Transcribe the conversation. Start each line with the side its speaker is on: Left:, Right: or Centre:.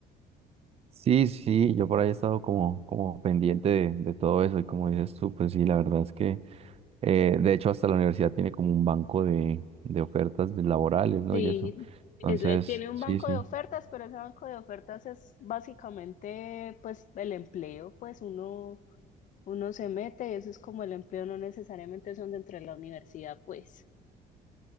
Right: Sí, sí, yo por ahí he estado como, como pendiente de, de todo eso y como dices tú, pues sí, la verdad es que... Eh, de hecho, hasta la universidad tiene como un banco de, de ofertas de laborales, ¿no?
Left: Sí,
Right: Y eso. Entonces,
Left: es la- tiene un
Right: sí,
Left: banco
Right: sí.
Left: de ofertas, pero ese banco de ofertas es básicamente pues el empleo, pues uno, uno se mete eso es como el empleo, no necesariamente son dentro de la universidad, pues.